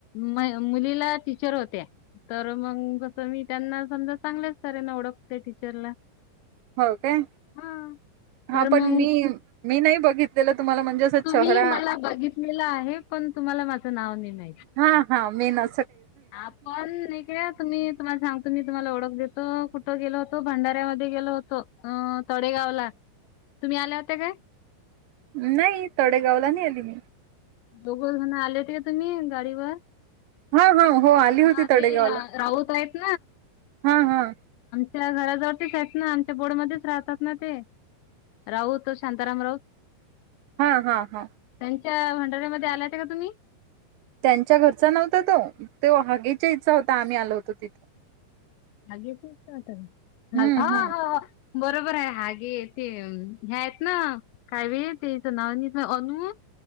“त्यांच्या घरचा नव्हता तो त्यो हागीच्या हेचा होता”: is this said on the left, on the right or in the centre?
Right